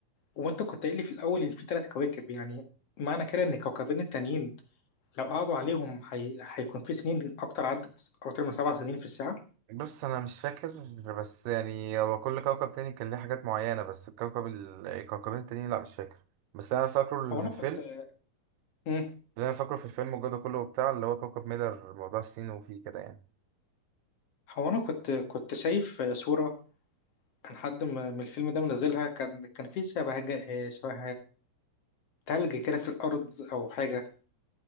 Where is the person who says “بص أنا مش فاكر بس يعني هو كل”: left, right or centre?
Right